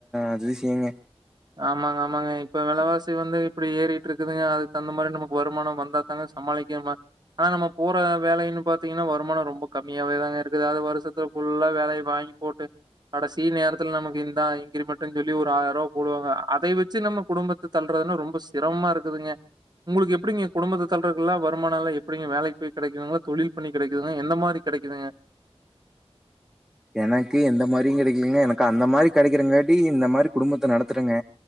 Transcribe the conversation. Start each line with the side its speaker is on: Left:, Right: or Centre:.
Centre: அதி செய்யுங்க
Right: ஆமாங்க, ஆமாங்க. இப்ப விலைவாசி வந்து இப்படி ஏறிட்டு இருக்குதுங்க அது தகுந்த மாதிரி நமக்கு வருமானம் வந்தாத்தாங்க சமாளிக்கிற ஆனா நம்ம போற வேலைன்னு பாத்தீங்கன்னா வருமானம் ரொம்ப ரொம்ப கம்மியாவ தான் இருக்கு அது வருத்து புல்லா வேலையை வாங்கி போட்டு கடை சி நேரத்தில் நமக்கு இந்த இங்கிரிமேன்டுனு சொல்லி ஒரு ஆயிரம் ரூபா போடுவாங்க அதை வச்சு நம்ம குடும்பத்தை தள்ளறதுன்னா ரொம்ப சிரமா இருக்குதுங்க உங்களுக்கு எப்படிங்க குடும்பத்தை தள்ளறதுக்கு எல்லாம் வருமானம் எ எப்படிங்க வேலைக்கு போய் கிடைக்குதுங்கள தொழில் பணி கிடைக்குதுங்க எந்த மாரி கிடைக்குதுங்க
Centre: எனக்கு எந்த மாதிரியும் கிடைக்கலங்க எனக்கு அந்த மாதிரி கிடைக்குறங்காட்டி இந்த மாதிரி குடும்பத்தை நடத்துடுங்க